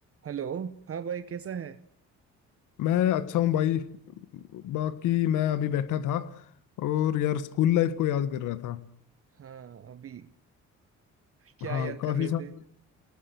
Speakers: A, on the right; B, on the left.
A: Hello हाँ भाई कैसा है
B: मैं अच्छा हूँ भाई बाकी मैं अभी बैठा था और यार स्कूल लाइफ को याद कर रहा था
A: हाँ अभी क्या
B: हाँ
A: याद
B: काफी
A: कर रहे
B: सारे
A: थे